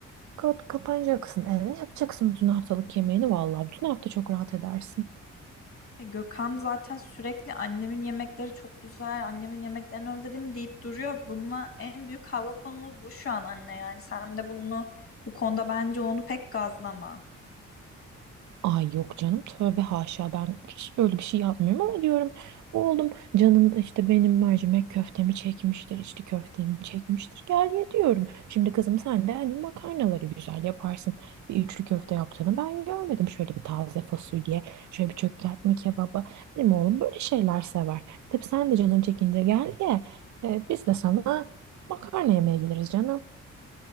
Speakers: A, on the right; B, on the left.
A: ka- kapanacaksın eve. Yapacaksın bütün haftalık yemeğini. Vallahi bütün hafta çok rahat edersin.
B: E, Gökhan zaten sürekli annemin yemekleri çok güzel, annemin yemeklerini özledim deyip duruyor. Bununla en büyük kavga konumuz bu şu an anne yani. Sen de bunu bu konuda bence onu pek gazlama.
A: Ay yok canım tövbe haşa ben hiç öyle bir şey yapmıyorum ama diyorum oğlum canın işte benim mercimek köftemi çekmiştir içli köftemi çekmiştir gel ye diyorum. Şimdi kızım sen de hani makarnaları güzel yaparsın bir üçlü köfte yaptığını ben görmedim şöyle bir taze fasulye şöyle bir çökertme kebaba benim oğlum böyle şeyler sever. E, Tabii sen de canın çekince gel ye Ee, biz de sana makarna yemeye geliriz canım.